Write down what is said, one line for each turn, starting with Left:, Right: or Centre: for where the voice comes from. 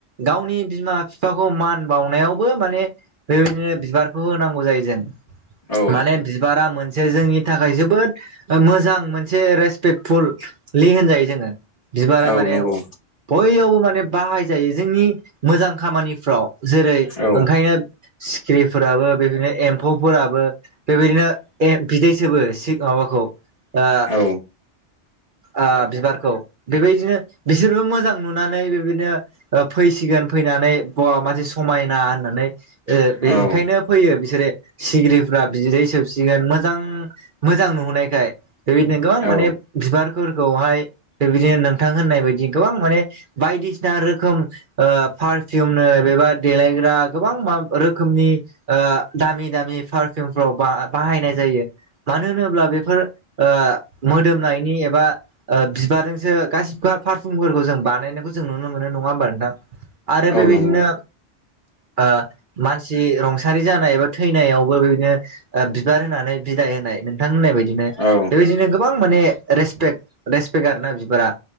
Right: गावनि बिमा फिफाखौ मान बाउनायावबो माने ओरैनो बिबारखौ होनांगौ जायो जों।
Left: औ
Right: माने बिबारा मोन से जोंनि थाखाय जोबोद मोजां मोनसे रेसपेक्टफुल लि होनजायो जोङो बिबारा
Left: औ
Right: माने
Left: नंगौ
Right: बययावबो माने बाहायजायो जोंनि मोजां खामानिफ्राव जेरै
Left: औ
Right: ओंखायनो सिखिरिफोराबो बेबायदिनो एम्फौफोराबो बेबायदिनो ए बिदै सोबो सि माबाखौ आ
Left: औ
Right: आ बिबारखौ बेबायदिनो बिसोरबो मोजां नुनानै बेबायदिनो ओ फैसिगोन फैनानै बवा मासे समायना होननानै ओ
Left: औ
Right: बे ओंखायनो फैयो बिसोरो सिगिरि फोर रा‌ बिदै सोबसिगोन मोजां मोजां नुनायखाय बेबायदिनो गोबां
Left: औ
Right: माने बिबार फोरखौहाय बेबायदिनो नोंथां होननाय बायदि गोबां माने बायदिसिना रोखोम ओ पारफिउमनो बेबा देलायग्रा गोबां मा रोखोमनि ओ दामि दामि पार फिउमफोराव बा बाहायनाय जायो। मानोहोनोब्ला बेफोर ओ मोदोमनायनि ए एबा बिबारजोंसो गासिबो फारफुमफोरखौ जों बानायनायखौ जों नुनो मोनो नङा होमबा नोंथां? आरो
Left: औ
Right: बे बायदिनो
Left: नंगौ
Right: ओ मानसि रुंसारि जानाय एबा थैनायावबो बिदिनो बिबार होनानै बिदाय होनाय नोंथां होननाय बायदिनो
Left: औ
Right: बे बायदिनो गोबां माने रेसपेक्ट रेसपेक्ट आरोना बिबारा